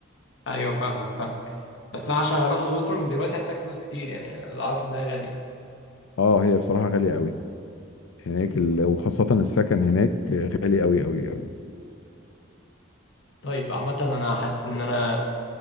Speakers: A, on the left (about 70°); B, on the left (about 80°).
A: ايوه فاهمك فاهمك بس انا عشان اروح سويسرا من دلوقتي هحتاج فلوس كتير يعني اللي اعرفه انها غالية
B: اه هي بصراحه غاليه قوي هناك ال... وخاصه السكن هناك غالي قوي قوي قوي
A: طيب عامة انا حاسس ان انا